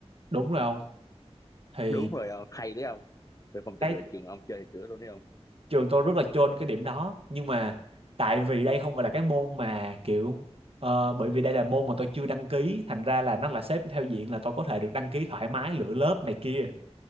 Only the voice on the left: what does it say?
đúng rồi không hay đấy không tôi không tin
được là trường ông chơi cửa luôn đấy không